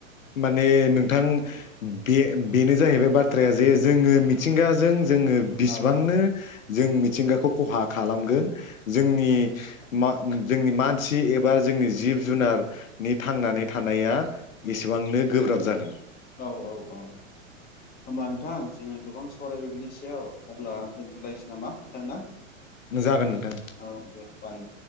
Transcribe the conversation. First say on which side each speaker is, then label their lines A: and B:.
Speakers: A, on the left; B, on the left.
A: माने नोंथां बे बेनो जाहैबाय बाथ्राया जे जोङो मिथिंगाजों जोङो बिसेबांनो
B: औ
A: जों मिथिंगाखौ खहा खालामगोन जोंनि मा जोंनि मानसि एबा जोंनि जिब जुनारनि थांनानै थानाया एसेबांनो गोब्राब जागोन ।
B: औ औ औ होमबा नोंथां जोङो गोबां सावरायबाय बिनि सायाव अब्ला दोनथ'लायसै नामा? थांना
A: जागोन नोंथां
B: औ दे बाय।